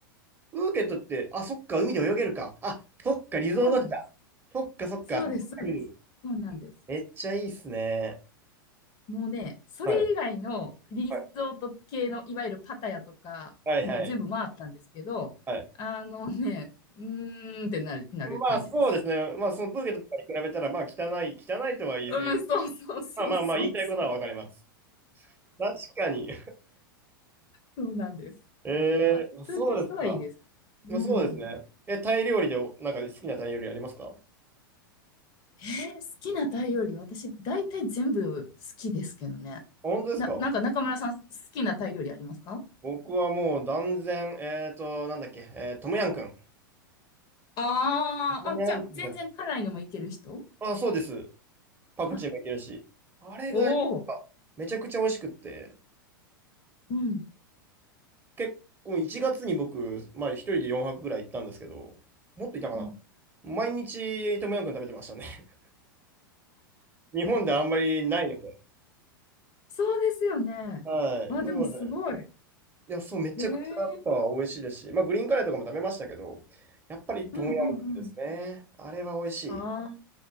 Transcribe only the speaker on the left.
そうなんです。
そうです、
そうです。そうなんです。
もうね、それ以外のリゾート系の、
いわゆるパタヤとか、
もう全部回ったんですけど、
あのね、うーんってなる、なる感じです。
うん、そうそうそうそうそう。
そうなんです。
だから、
プーケットはいいです。うん。
えー好きなタイ料理、私、大体全部好きですけどね。
な、なんか中村さん、好きなタイ料理ありますか
あーあ、
じゃあ、全然辛いのもいける人
あ、
おお。
うん。
うん
そうですよね。
あ、
でもすごい。
へえ。
うんうんうん。
あ